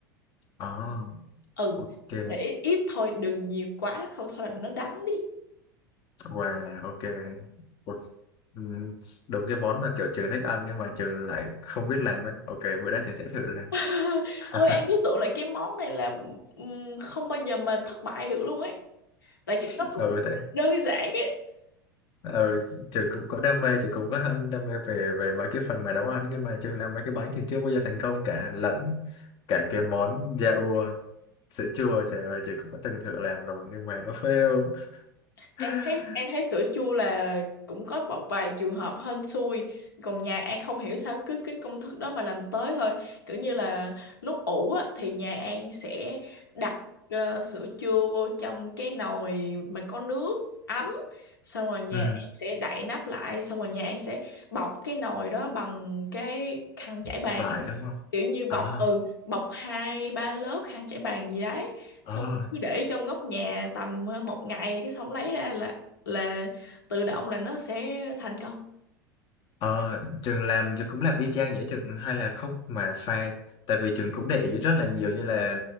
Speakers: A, on the left; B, on the left.
A: ồ
B: Ừ,
A: ok
B: để ít, ít thôi, đừng nhiều quá không thôi là nó đắng đi.
A: wow ok Ủa, ừ, đúng cái món mà kiểu trường thích ăn nhưng mà trường lại không biết làm ấy ok bữa nay trường sẽ thử làm
B: <laughs>
A: <laughs>
B: Ôi An cứ tưởng là cái món này là ừm, không bao giờ mà thất bại được luôn ấy. Tại kiểu nó
A: ừ
B: cũng
A: thế
B: đơn giản
A: ừ, trường cũng có đam mê trường cũng có hơn đam mê về về mấy cái phần mà nấu ăn nhưng mà trường làm mấy cái bánh trường chưa bao giờ thành công cả lẫn cả cái món da ua sữa chua trời ơi trường cũng đã từng thử làm rồi nhưng mà nó fail <laughs>
B: An thấy An thấy sữa chua là cũng có một vài trường hợp hên xui còn nhà An không hiểu sao cứ cái công thức đó mà làm tới thôi kiểu như là lúc ủ á, thì nhà An sẽ đặt ờ, sữa chua vô trong cái nồi mà có nước ấm xong rồi nhà
A: ừ,
B: An sẽ đậy nắp lại xong rồi nhà An sẽ bọc cái nồi đó bằng cái khăn trải bàn
A: vải
B: ấy
A: đúng không
B: kiểu như bọc
A: à,
B: ừ bọc hai ba lớp khăn trải bàn gì đấy
A: ờ.
B: xong rồi cứ để trong góc nhà tầm ờ, một ngày cái xong lấy ra là là tự động là nó sẽ thành công
A: Ờ, Trường làm Trường cũng làm y chang vậy Trường hay là khúc mà pha tại vì Trường cũng để ý rất là nhiều như là